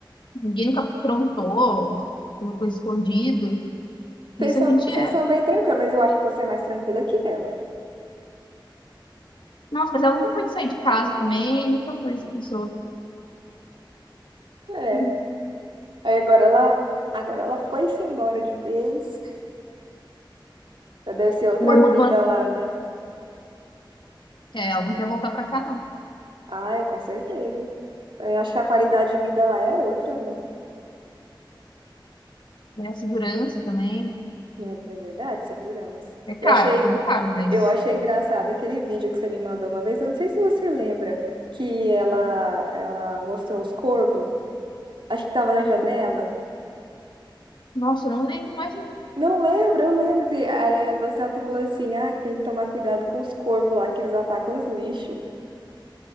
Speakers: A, on the left; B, on the right.
A: Ninguém nunca aprontou, nunca foi escondido. Isso
B: Vocês são,
A: a gente
B: vocês
A: é.
B: são bem tranquilos, mas eu acho que você é mais tranquila que ela.
A: Nossa, mas ela nunca foi de sair de casa também, nunca foi essa pessoa.
B: É.
A: Uhum.
B: Aí agora ela, agora ela foi-se embora de vez. Deve ser outra
A: O hormônio,
B: vida lá, né?
A: é, ela não quer voltar pra cá, não.
B: Ah, é, com certeza. Eu acho que a qualidade de vida lá é outra, né?
A: É a segurança também.
B: É é verdade, segurança.
A: É caro,
B: Eu achei,
A: tudo caro, mas.
B: eu achei engraçado aquele vídeo que você me mandou uma vez. Eu não sei se você lembra que ela, ela mostrou os corvos. Acho que estava na janela.
A: Nossa, eu não lembro mais
B: Não lembro, eu lembro que aí você até falou assim, ah, que tem que tomar cuidado com os corvos lá, que eles atacam os lixos.